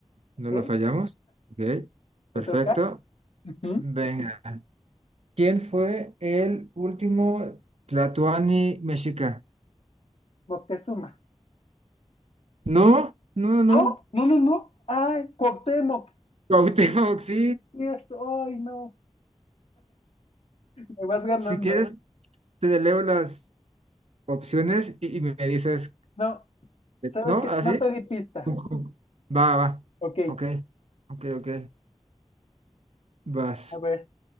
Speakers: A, on the left; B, on the right.
A: Ok.
B: No la fallamos, ¿ok?
A: ¿Te
B: Perfecto.
A: toca? Ujú.
B: Venga. ¿Quién fue el último Tlatoani mexica?
A: Moctezuma.
B: No, no, no.
A: No, no, no, no. Ay, Cuauhtémoc.
B: Cuauhtémoc, sí.
A: Cierto. Ay, no. Me vas ganando.
B: Si quieres, te leo las opciones y, y me dices,
A: No, ¿sabes
B: ¿no?
A: qué?
B: ¿Así?
A: No pedí pista.
B: Ujú. Va, va.
A: Ok.
B: Ok, ok, ok. Vas.
A: A ver,